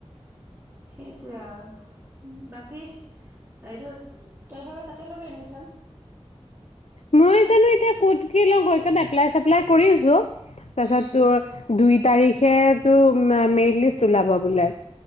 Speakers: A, on the right; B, on the left.
A: সেইটোৱে আৰু বাকী এইটো তই চাগে তাতে লবে এডমিচন
B: মই জানো এতিয়া কত কি হয় এপলায় চেপলায় কৰিছো তছত
A: উম
B: তুৰ দুই তাৰিখেতো ম‌ম মেৰিট লিষ্টত ওলাব বোলে।